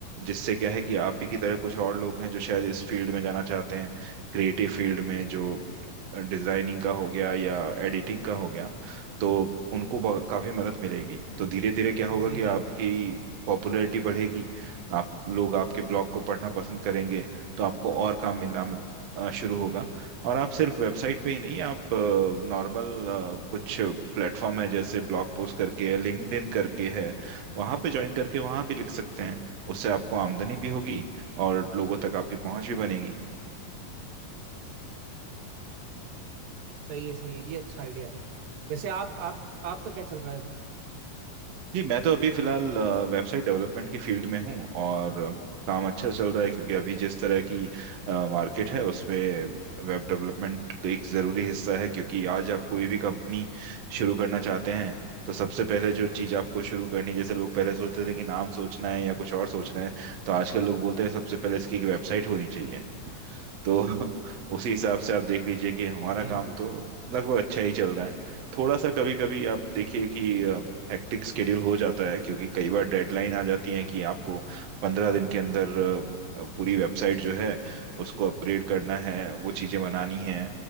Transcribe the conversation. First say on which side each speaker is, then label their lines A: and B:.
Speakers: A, on the right; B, on the right.
A: जिससे क्या है कि आप ही की तरह कुछ और लोग हैं जो शायद इस फील्ड में जाना चाहते हैं क्रिएटिव फील्ड में जो डिजाइनिंग का हो गया या एडिटिंग का हो गया तो उनको ब- काफी मदद मिलेगी तो धीरे धीरे क्या होगा
B: जी
A: कि
B: जी
A: आपकी
B: जी
A: पॉपुलैरिटी बढ़ेगी आप लोग आपके ब्लॉग को पढ़ना पसंद करेंगे तो आपको और काम मिलना अ, शुरू होगा और आप सिर्फ वेबसाइट पे ही नहीं आप नॉर्मल कुछ प्लेटफॉर्म है जैसे ब्लॉग पोस्ट करके है लिंक्डइन करके है वहां पे ज्वाइन करके वहां भी लिख सकते हैं उससे आपको आमदनी भी होगी और लोगों तक आपकी पहुंच भी बनेगी
B: सही है सही है ये अच्छा आइडिया है वैसे आप आप आपका क्या चल रहा है अभी
A: जी मैं तो अभी फिलहाल वेबसाइट डेवलपमेंट की फील्ड में हूँ और अ, काम अच्छा चल रहा है क्योंकि अभी जिस तरह की मार्केट है उसमें वेब डेवलपमेंट का एक ज़रूरी हिस्सा है क्योंकि आज आप कोई भी कंपनी शुरू करना चाहते हैं तो सबसे पहले जो चीज़ आपको शुरू करनी जैसे लोग पहले सोचते थे कि नाम सोचना है या कुछ और सोचना है तो आजकल लोग बोलते हैं सबसे पहले इसकी एक वेबसाइट होनी चाहिए तो <laughs> उसी हिसाब से आप देख लीजिए कि हमारा
B: जी
A: काम
B: जी
A: तो लगभग अच्छा ही चल रहा है थोड़ा सा कभी कभी आप देखिए कि हेक्टिक स्केड्यूल हो जाता है क्योंकि कई बार डेडलाइन आ जाती है कि आपको पंद्रह दिन के अंदर अ, पूरी वेबसाइट जो है उसको अपग्रेड करना है वो चीजें बनानी है